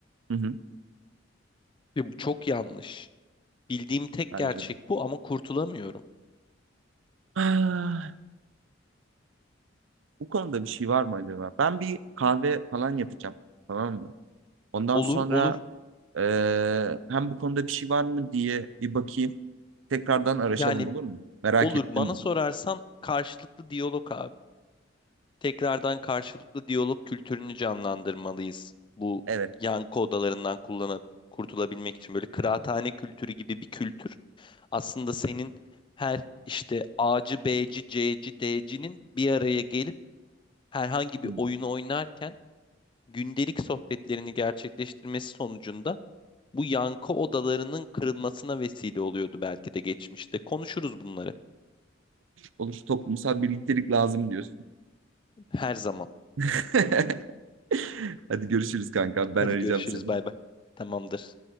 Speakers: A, on the right (about 80°); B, on the left (about 25°).
A: Hı hı,
B: ve bu çok yanlış. Bildiğim tek
A: bence
B: gerçek
A: de.
B: bu ama kurtulamıyorum.
A: Ah, Bu konuda bir şey var mı acaba? Ben bir kahve falan yapacağım. Tamam mı? Ondan
B: Olur,
A: sonra
B: olur.
A: eee, hem bu konuda bir şey var mı diye bir bakayım. Tekrardan araşalım
B: Yani
A: olur mu? Merak
B: olur
A: ettim.
B: bana sorarsan karşılıklı diyalog abi. Tekrardan karşılıklı diyalog kültürünü canlandırmalıyız. Bu
A: Evet.
B: yankı odalarından kullanıp kurtulabilmek için böyle kıraathane kültürü gibi bir kültür Aslında senin her işte A'cı, B'ci, C'ci, D'cinin bir araya gelip herhangi bir
A: Hmm.
B: oyunu oynarken gündelik sohbetlerini gerçekleştirmesi sonucunda bu yankı odalarının kırılmasına vesile oluyordu belki de geçmişte. Konuşuruz bunları
A: Olur. Toplumsal birliktelik lazım diyorsun.
B: her zaman.
A: <laughs> Hadi görüşürüz kanka.
B: Hadi
A: Ben arayacağım
B: görüşürüz
A: seni.
B: bay bay. Tamamdır.